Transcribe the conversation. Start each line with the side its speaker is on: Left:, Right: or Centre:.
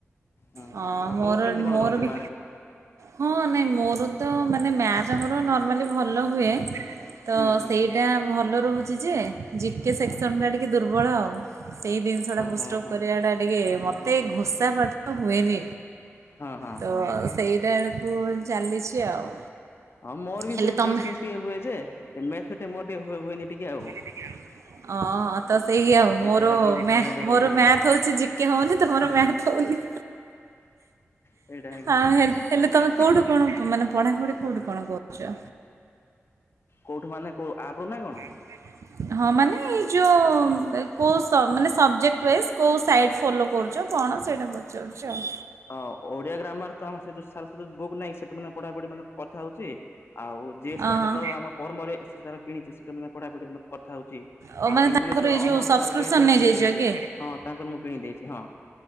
Left: ହୁଁ, ଆଉ
Right: ହଁ ମୋର
Left: ତମର କେମିତି କଣ
Right: ମୋର
Left: ରହୁଛି
Right: ବି
Left: ମାର୍କ?
Right: ହଁ, ନାଇଁ ମୋର ତ ମାନେ ମ୍ୟାଥ ଆମର ନର୍ମାଲି ଭଲ ହୁଏ। ତ
Left: ହୁଁ ହୁଁ
Right: ସେଇଟା
Left: ହୁଁ
Right: ଭଲ ରହୁଛି ଯେ, ଜିକେ ସେକ୍ସନ
Left: ହୁଁ
Right: ଟିକେ ଟେ ଦୁର୍ବଳ ଆଉ। ସେଇ ଜିନିଷ ଟା
Left: ଓ
Right: ପୁଷ୍ଟପ୍
Left: ହୋ ହୋ।
Right: କରିବା ଟା ଟିକେ ମତେ
Left: ଓହୋ
Right: ଘୋସାପାଠ ହୁଏନି।
Left: ହଁ ହଁ
Right: ତ
Left: ହଁ ହଁ।
Right: ସେଇଟା ବକୁ ଚାଲିଛି ଆଉ।
Left: ହଁ, ମୋର ବି
Right: ହେଲେ
Left: ସେ
Right: ତମେ
Left: ଯି ଏସ୍ ଟିକେ ହୁଏ, ଯେ ମ୍ୟାଥ୍ ଟିକେ ହୁଏନି ଟିକେ ଆଉ।
Right: ଟକି ଆ <unintelligible> ହଁ, ତ ସେଇ ଆଉ
Left: ସେଇଟା
Right: ମୋର
Left: ଏକା ଟିକେ ପ୍ରୋବ୍ଲେମ ଟିକେ
Right: ମୋର
Left: ରହୁଛି ଆଉ
Right: ମ୍ୟାଥ ହଉଛି ଜିକେ ହଉନି ତମର
Left: ହୁଁ
Right: ମ୍ୟାଥ ହଉନି।
Left: ସେଇଟା ହେ କ
Right: ଆ ହେଲେ ହେଲେ
Left: <unintelligible>
Right: ତମେ କୋଉଠୁ କଣ ମାନେ ପଢାପଢି କୋଉଠି କଣ କରୁଛ?
Left: କୋଉଠି ମାନେ କୋ ଆପରୁ ନା କଣ?
Right: ହୁଁ <unintelligible> ହଁ, ମାନେ ଯୋଉ ସବଜେକ୍ଟ ୱାଇଜ୍ କଉ ସାଇଟ୍ ଫଲୋ କରୁଛ? କଣ ସେଇଟା ପଚାରୁଛି ଆଉ?
Left: ଅଁ ଓଡିଆ ଗ୍ରାମର ତ ଆମ ସେ ଯ ସାରସ୍ଵ ବୁକ୍ ନାହିଁ ସେଠୁ ମାନେ ପଢାପଢି ମାନେ କଥା ହଉଛି ଆଉ। ଜିଏସ୍
Right: ଅହଁ।
Left: ପାଟ ତ ଆମ ପରର୍ମରେ ଏସ୍ସି ତାର କିଣିଛି ସେଇଟ ମ ମଧ୍ୟ ପଢ଼ାପଢ଼ି କଥା ହେଉଛି।
Right: ଓ
Left: ଆଉ
Right: ମାନେ
Left: ଇଂଲିଶ
Right: ତାଙ୍କର
Left: ର
Right: ଏଇ ଯେଉଁ
Left: ଅମନ
Right: ସବସ୍କ୍ରିପସନ୍
Left: ସାର ବ୍ୟାଚ ର
Right: ନେଇଯାଇଛ
Left: କିଣି ଦେଇଛି।
Right: କି
Left: ହଁ ତାଙ୍କର ମୁଁ କିଣି ଦେଇଛି ହଁ।